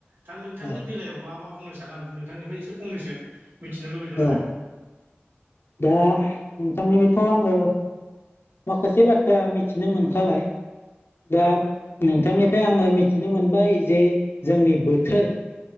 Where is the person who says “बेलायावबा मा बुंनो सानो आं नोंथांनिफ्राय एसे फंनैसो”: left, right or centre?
Right